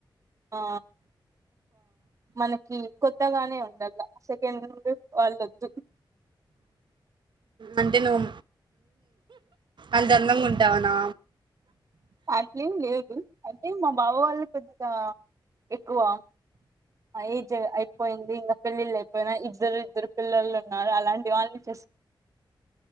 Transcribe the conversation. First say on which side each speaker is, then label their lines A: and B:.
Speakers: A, on the right (about 40°); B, on the right (about 70°).
A: ఆ మనకి కొత్తగానే ఉండాల సెకండ్ వాళ్ళొదు
B: అంటే నువ్వు అంతందంగా ఉంటావునా
A: అట్లేం లేదు అంటే మా బావ వాళ్ళు పెద్దిగా ఎక్కువ ఏజ్ అయిపోయింది ఇంకా పెళ్ళిళ్ళు అయిపోయిన ఇద్దరు ఇద్దరు పిల్లలు ఉన్నారు అలాంటి వాళ్ళని చే